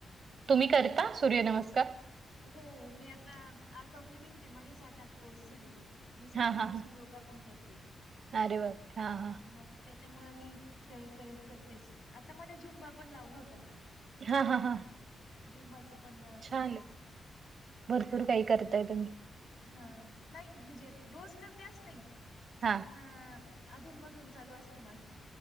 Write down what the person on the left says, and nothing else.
हो मी आता आर्ट ऑफ लिवंगचे माझे सात आठ कोर्स झालेले. मी सातवी
पासून
योगा पण करते
मग त्याच्यामुळे मी कर तर करतेस आता मध्ये झुंबा पण लावला होता मी
झुंबाचं पण
हा नाही म्हणजे रोज करतेस नाही
पण अधून मधून चालू असतं माझं